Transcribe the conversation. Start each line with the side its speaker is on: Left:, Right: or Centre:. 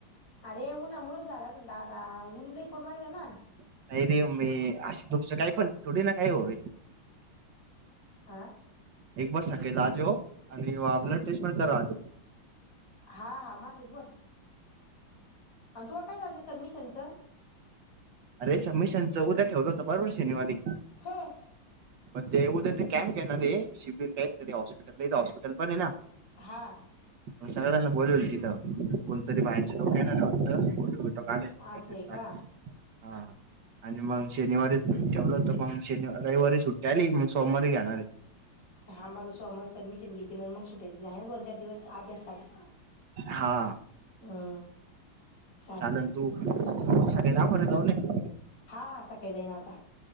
Left: अरे उन्हामुळच झाला असन दादा ऊन लई पडू राहील ना.
Right: नाही रे मम्मी अशी धूपचं काय पण थोडी ना काय होवी.
Left: आं
Right: एक बार सकेज आजो आणि वो आपला टेस्ट पण कर आजो.
Left: हां हां मराठीत बोल. आणि तु काय झालंय सबमिशनचं?
Right: अरे सबमिशन चं उद्या ठेवलं होंत बरोबर शनिवारी.
Left: हां.
Right: मग ते उद्या ते कॅम्प येणार आहे शिबिर काय तरी हॉस्पिटल हस्पिटल पण आहे ना.
Left: हां.
Right: मग सगळ्यांना बोलावलंय तिथं कोणतरी बाहेरचे लोकं येणार आहे वाटतं.
Left: असं आहे का
Right: <unintelligible> हां आणि मग शनिवारी ठेवलं होत मग शनि रविवारी सुट त्याली मग सोमवारी घेणार आहे.
Left: हां मग सोमवारी सबमिशन घेतीन आणि सुट्टी देतीन आहे ना दोन चार दिवस अभ्यासासाठी.
Right: हा
Left: हां चालल.
Right: चालन तू संध्या दवाखान्यात जाऊन ये.
Left: हां हां सकाळी जाईन आता